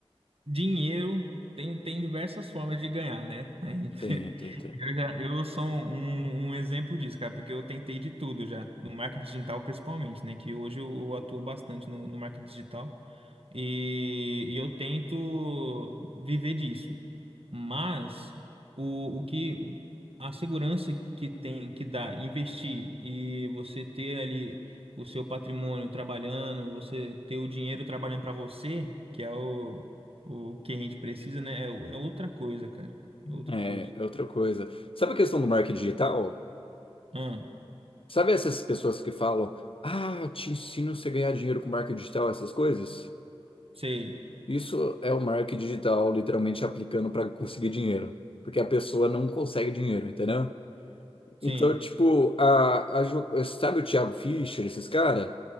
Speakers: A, on the right; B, on the left.
A: dinheiro tem, tem diversas formas de ganhar, né? Aí, <laughs>
B: Tem, tem, tem.
A: Eu, já, eu sou um, um exemplo disso, cara, porque eu tentei de tudo já, no marketing digital principalmente, né? Que hoje eu, eu atuo bastante no, no marketing digital e, e eu tento viver disso. Mas o, o que a segurança que tem que dá investir e você ter ali o seu patrimônio trabalhando, você ter o dinheiro trabalhando para você, que é o, o que a gente precisa, né? É, o- é outra coisa, cara. É outra
B: É,
A: coisa.
B: é outra coisa. Sabe a questão do marketing digital?
A: Ah,
B: Sabe essas pessoas que falam, ah, te ensino você a ganhar dinheiro com marketing digital, essas coisas?
A: sei.
B: Isso é o marketing digital literalmente aplicando para conseguir dinheiro, porque a pessoa não consegue dinheiro, entendeu?
A: Sim.
B: Então, tipo, a, a jo- sabe o Thiago Fischer, esses caras?